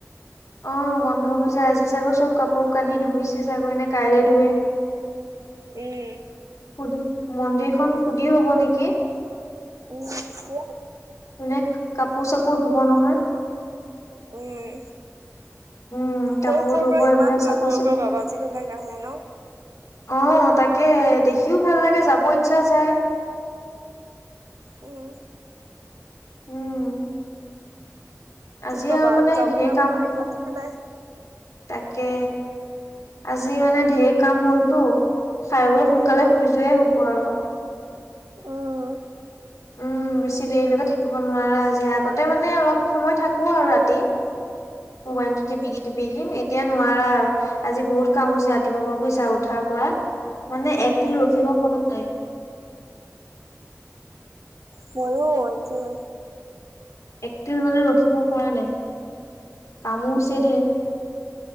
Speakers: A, on the left; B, on the right.
A: অ, বন্ধ হৈ যায়। আজি চাগৈ চব কাপোৰ কানি ধুইছে চাগৈ এনে কাইলে ধুই।
B: উম,
A: সুধি মন্দিৰখন, সুধি হ'ব নেকি?
B: উম, <inaudible>
A: মানে, কাপোৰ-চাপোৰ ধুব নহয়।
B: উম,
A: উম কাপোৰ
B: কৰ, কৰ,
A: ধুব
B: পৰা
A: এইবিলাক
B: ইমান দূৰ-দূৰ
A: চাফা চিকুণ
B: পৰা বাবাজি বিলাক আহে ন।
A: অ তাকে দেখিও ভাল লাগে যাব ইচ্ছা যায়
B: উম
A: উম আজি
B: কি কবা
A: আও মানে
B: আৰু যাবলৈ
A: ধেৰ
B: আমাৰ
A: কাম
B: ভাগ্যতে
A: <inaudible>
B: নাই
A: তাকে আজি মানে ধেৰ কাম হ'লটো খাই বই সোনকালে
B: উম
A: শুই যোৱায়ে হব আৰু
B: উম
A: উম বেছি দেৰিলৈকে থাকিব নোৱাৰা আজি আগতে মানে অলপ সময় থাকো আৰু ৰাতি মোবাইলটো
B: উম
A: টিপিকি টিপিকি এতিয়া নোৱাৰা আৰু আজি বহুত কাম হৈছে ৰাতিপুৱা পৰা বুজিছা উঠাৰ পৰা মানে এক
B: উম
A: তিলো ৰখিব পৰা নাই
B: মইয়ো একেই
A: একতিল মানে ৰখিব পৰা নাই কামো হৈছে ধেৰ